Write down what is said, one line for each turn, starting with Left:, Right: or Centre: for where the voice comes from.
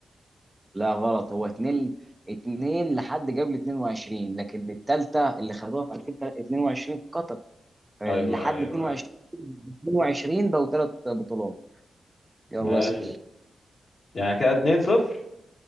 Right: لا غلط هو اتنين اتنين لحد قبل 22 لكن التالتة اللي خدوها في 2022 في قطر لحد
Left: ايوه ايوه
Right: 22
Left: ايوه
Right: 22 بقوا ثلاث بطولات يلا
Left: ماشي
Right: اسأل
Left: يعني كده اتنين صفر